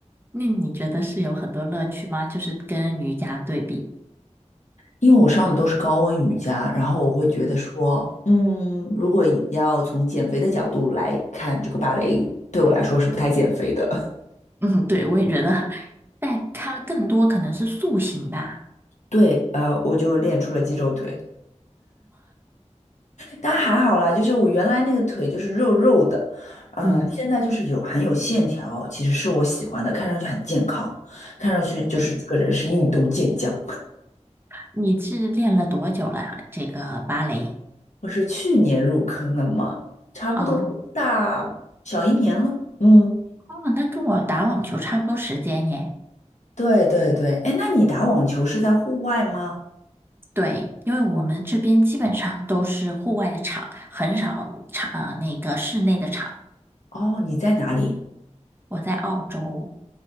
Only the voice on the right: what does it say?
那你觉得是有很多乐趣吗？就是跟瑜伽对比，
嗯
嗯，对，我也觉得，但它更多可能是塑形吧。
嗯，
对，你是练了多久了？这个芭蕾？
哦
哦，那跟我打网球差不多时间耶。
对，因为我们这边基本上都是户外的场，很少场，呃，那个室内的场。
我在澳洲，